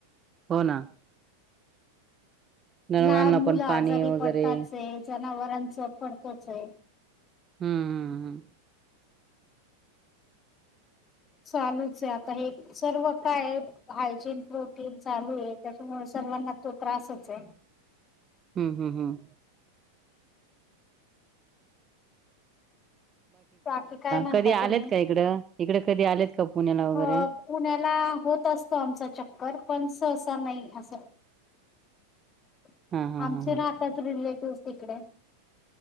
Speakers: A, on the right; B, on the left.
A: हो ना <unintelligible>
B: लहान मुलं आजारी
A: वगैरे
B: पडताच य, जनावरांच पडतच य
A: हम्म हं.
B: चालूच य हे सर्व काय हायजीन प्रोटीन चालू य त्याच्यामुळ सर्वांना तो त्रासच य
A: हम्म हम्म.
B: बाकी काय म्हणता
A: कधी
B: तुम्ही?
A: आलेत का इकडं इकडे कधी आलेत का पुण्याला वगैरे
B: अ पुण्याला होत असतो आमचा चक्कर पण सहसा नाही अस <unintelligible>
A: हा हा
B: आमचे
A: हा हा
B: राहतात रिलेटिव्हज. तिकडे